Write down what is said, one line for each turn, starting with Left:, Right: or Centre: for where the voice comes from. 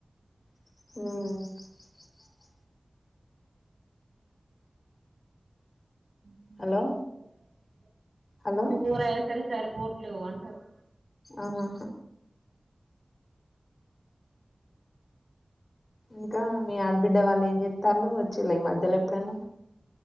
Left: అ
Right: <inaudible>
Left: హలో హలో
Right: బోర్ ఆయా సరి సారి పోట్లు అంటారు
Left: ఆహా ఇంకా మీ ఆడబిడ్డ వాళ్ళు ఏం చెస్త ఉండ్రు, వచ్చేలా ఈ మధ్యలో ఎప్పుడన్నా